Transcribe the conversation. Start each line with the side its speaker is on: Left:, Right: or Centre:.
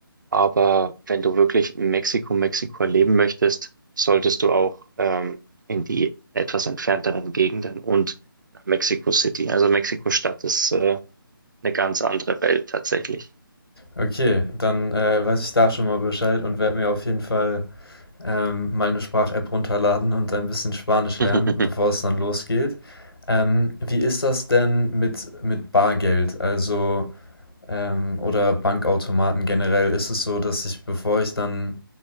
Right: Aber wenn du wirklich in Mexiko, Mexiko erleben möchtest, solltest du auch ähm, in die etwas entfernteren Gegenden und nach Mexico City. Also Mexiko-Stadt ist äh, eine ganz andere Welt tatsächlich.
Left: okay. Dann äh, weiß ich da schon mal Bescheid und werde mir auf jeden Fall ähm, mal eine Sprach-App runterladen und ein bisschen Spanisch lernen,
Right: <laughs>
Left: bevor es dann losgeht. Ähm, wie ist das denn mit, mit Bargeld, also ähm, oder Bankautomaten generell? Ist es so, dass ich, bevor ich dann